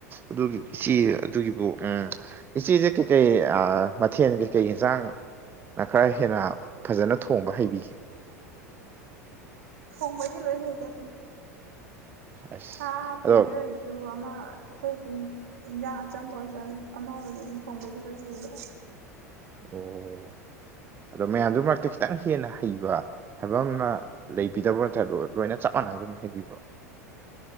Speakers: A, on the right; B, on the right.
A: ꯑꯗꯨꯒꯤꯕꯨ ꯏꯆꯦ ꯑꯗꯨꯒꯤꯕꯨ ꯑ ꯏꯆꯦꯁꯦ ꯀꯩ ꯀꯩ ꯑꯥ ꯃꯊꯦꯜ ꯀꯩꯀꯩ ꯌꯦꯟꯁꯥꯡ ꯅꯈꯔ ꯍꯦꯟꯅ ꯐꯖꯅ ꯊꯣꯡꯕ ꯍꯩꯕꯤꯒꯦ
B: ꯊꯣꯡꯕꯗꯤ ꯂꯣꯏ ꯍꯩꯗ ꯑꯗꯨꯝ
A: ꯑꯁ
B: ꯁꯥ
A: ꯑꯗꯣ
B: ꯊꯣꯡꯕꯩ ꯑꯣꯏꯔꯖꯨ ꯑꯃ ꯑꯩꯈꯣꯏ ꯗꯨꯝ ꯏꯟꯖꯥꯡ ꯑꯆꯝꯕ ꯑꯣꯏꯔꯁꯨ ꯑꯃ ꯑꯣꯏꯔꯁꯨ ꯑꯗꯨꯝ ꯊꯣꯡꯕꯩꯗꯤ ꯂꯣꯏ ꯍꯩꯌꯦꯕ
A: ꯑꯣ ꯑꯗꯣ ꯃꯌꯥꯝꯗꯨ ꯃꯔꯛꯇ ꯈꯤꯇꯪ ꯍꯦꯟꯅ ꯍꯩꯕ ꯍꯥꯏꯕ ꯑꯃ ꯂꯩꯕꯤꯗꯕ꯭ꯔꯣ ꯅꯠꯇ꯭ꯔ ꯂꯣꯏꯅ ꯆꯥꯡ ꯆꯞ ꯃꯥꯟꯅꯅ ꯑꯗꯨꯝ ꯍꯩꯕꯤꯕ꯭ꯔꯣ